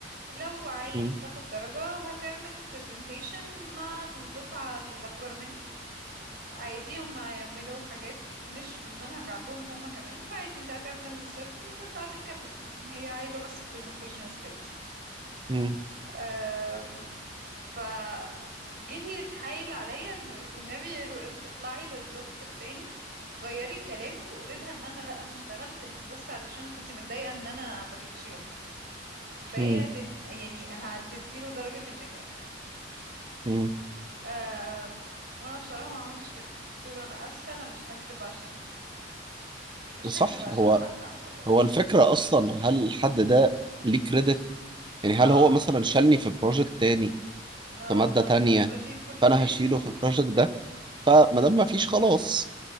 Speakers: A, on the right; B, on the right.
A: لو عايز
B: مم.
A: تاخد درجة هتعمل presentation مع الدفعة الأكبر منك عادي هم يعملوا حاجات مش في المنهج عندهم هم كمان فعادي انت هتعمل سيرش وتطلع تتكلم يعني هي عايزة بس presentation skills
B: مم.
A: أم، ف جه يتحايل عليا ان والنبي رو- اطلعي للدكتور تاني غيري كلامك وقولي لها ان انا لا انا اشتغلت انت بس علشان كنت متضايقة ان انا ما جيتش يومها فهي
B: مم.
A: هتد... يعني هتديله درجة النجاح
B: مم.
A: أم... وانا بصراحة ما عملتش كده قلت له انا اسفة انا مش هكدب عشانك مش
B: صح
A: هكدب عشان
B: هو
A: حد عامة
B: هو الفكرة اصلا هل الحد ده ليه كريدت يعني هل
A: اه
B: هو مثلا شالني في بروجكت تاني
A: لا
B: في مادة
A: والله
B: تانية
A: انا كنت بشيل كل
B: فأنا
A: الناس
B: هشيله في البروجكت ده فما دام ما فيش خلاص